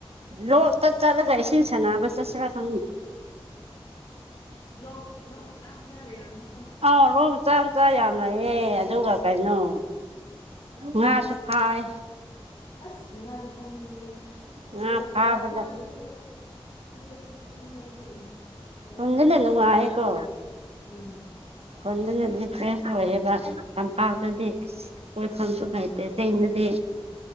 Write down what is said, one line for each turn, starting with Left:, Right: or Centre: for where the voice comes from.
Right: ꯂꯣꯛꯇ ꯆꯠꯂꯒ ꯏꯁꯤꯡ ꯁꯥꯅꯕꯅ ꯆꯠꯁꯤꯔ ꯈꯪ
Left: ꯂꯣꯛ ꯂꯣꯛ ꯃꯆꯥ ꯃꯆꯥ ꯂꯩꯔꯝꯅꯤ
Right: ꯑꯥꯎ ꯂꯣꯛ ꯃꯆꯥ ꯃꯆꯥ ꯌꯥꯝ ꯂꯩꯌꯦ ꯑꯗꯨꯒ ꯀꯩꯅꯣ ꯉꯥꯁꯨ ꯐꯥꯏ
Left: ꯑꯁ ꯉꯥꯗꯤ ꯐꯅꯤꯡꯉꯤꯍꯦ ꯊꯔꯣꯏ
Right: ꯉꯥ
Left: ꯀꯩꯀꯥ
Right: ꯐꯥꯕꯗ
Left: ꯆꯥꯗ꯭ꯔꯁꯨ ꯈꯨꯟꯕꯗꯤ ꯆꯠꯅꯤꯡꯉꯦ ꯑꯩꯗꯤ ꯀꯩꯅꯣꯅꯦ
Right: ꯅꯨꯡꯉꯥꯏꯀꯣ
Left: ꯎꯝ
Right: ꯍꯣꯟꯗꯅꯗꯤ ꯐ꯭ꯔꯦꯁ ꯑꯣꯏꯌꯦꯕ ꯇꯝꯄꯥꯛꯇꯗꯤ ꯀꯣꯏꯐꯝꯁꯨ ꯂꯩꯇꯦ ꯆꯤꯡꯗꯗꯤ